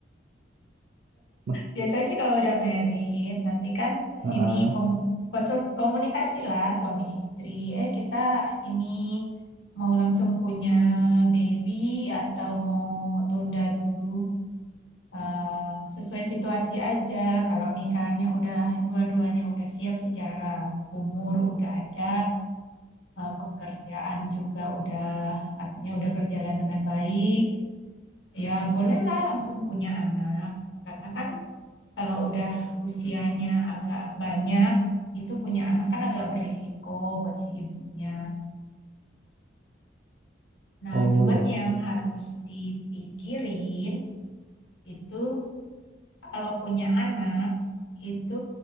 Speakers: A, on the right; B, on the left.
A: Mas,
B: Biasanya sih kalau udah married, nanti kan
A: heeh.
B: ini kom konsul- komunikasi lah suami istri. Eh kita ini mau langsung punya baby atau mau tunda dulu eh, sesuai situasi aja. Kalau misalnya udah dua-duanya udah siap secara umur udah ada, eh, pekerjaan juga udah artinya udah berjalan dengan baik, ya bolehlah langsung punya anak. Karena kan kalau udah usianya agak banyak, itu punya anak kan agak berisiko buat si ibunya. Nah,
A: Oh
B: cuman yang
A: oke.
B: harus dipikirin itu kalau punya anak, itu